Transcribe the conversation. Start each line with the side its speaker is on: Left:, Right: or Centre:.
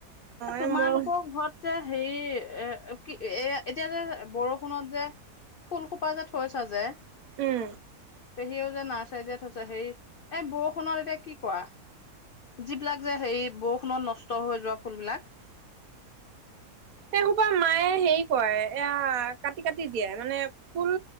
Left: অ তোমালোকৰ
Right: এই মহ
Left: ঘৰত যে হেৰি এ কি এ এতিয়া যে বৰষুণত যে ফুলসোপা যে থৈছ যে
Right: উম
Left: পেহীও যে নাৰ্চ ৰী যে থৈছ হেই এ বৰষুণত এতিয়া কি কোৱা যিবিলাক যে হেই বৰষুণত নষ্ট হৈ যোৱা ফুলবিলাক
Right: সেই সোপা মায়ে হেৰি কয় এয়া কাটি কাটি দিয়ে মানে ফুল